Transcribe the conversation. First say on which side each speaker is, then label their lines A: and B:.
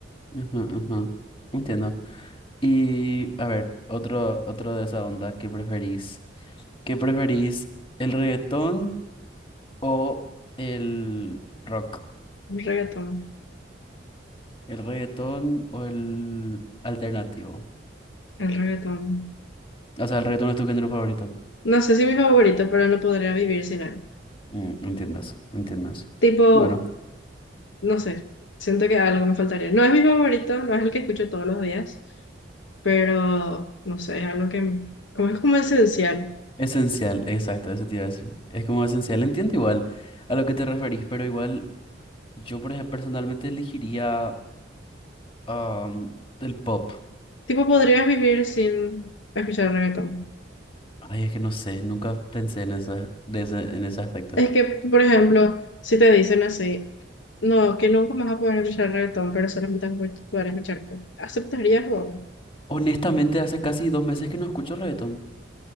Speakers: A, on the left; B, on the left.
A: Ujú, ujú. Entiendo. Y a ver, otro, otro de esa onda, ¿qué preferís? ¿Qué preferís? ¿El reggaetón o el rock?
B: El reggaetón,
A: ¿El reggaetón o el alternativo?
B: el reggaetón.
A: O sea, el reggaetón es tu género favorito.
B: No sé si es mi favorito, pero no podría vivir sin él.
A: Mm, entiendo eso, entiendo eso.
B: Tipo,
A: Bueno.
B: No sé, siento que algo me faltaría. No es mi favorito, no es el que escucho todos los días, pero no sé, es algo que como es como esencial.
A: Esencial, exacto, eso te iba a decir. Es como esencial, entiendo igual a lo que te referís, pero igual yo por ejemplo, personalmente elegiría am, el pop.
B: Tipo, podrías vivir sin escuchar reggaetón.
A: Ay, es que no sé, nunca pensé en esa de ese- en ese aspecto.
B: Es que, por ejemplo, si te dicen así, no, que nunca más vas a poder escuchar reggaetón, pero solamente vas a poder poder escuchar pop, ¿aceptarías o? no?
A: Honestamente, hace casi dos meses que no escucho reggaetón.